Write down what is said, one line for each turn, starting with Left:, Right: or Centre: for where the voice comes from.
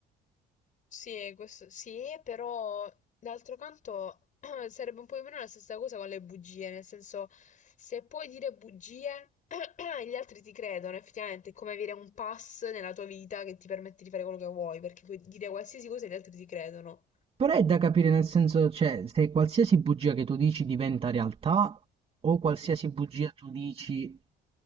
Left: Sì, questo sì, però d'altro canto <clears throat> sarebbe un po' più o meno la stessa cosa con le bugie, nel senso se puoi dire bugie <clears throat> gli altri ti credono, effettivamente è come avere un pass nella tua vita che ti permette di fare quello che vuoi, perché puoi dire qualsiasi cosa e gli altri ti credono.
Right: Però è da capire nel senso, cioè, se qualsiasi bugia che tu dici diventa realtà o qualsiasi bugia tu dici